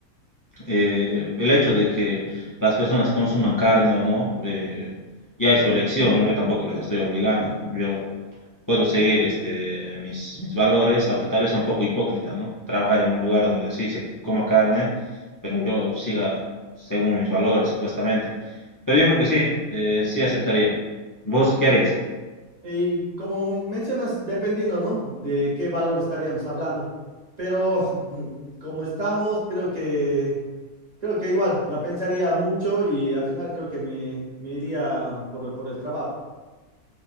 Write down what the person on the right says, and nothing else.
Y como mencionas, dependiendo, ¿no? De qué valor estaríamos hablando. Pero <laughs> como estamos, creo que, creo que igual, la pensaría mucho y al final creo que me, me iría por, por el trabajo.